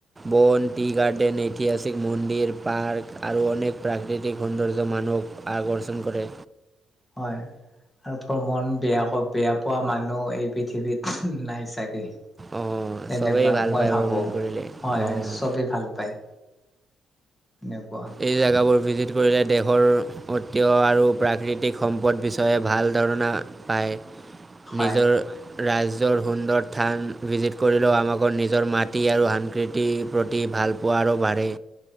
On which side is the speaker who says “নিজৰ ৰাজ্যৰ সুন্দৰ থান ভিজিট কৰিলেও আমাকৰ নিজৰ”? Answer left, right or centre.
Right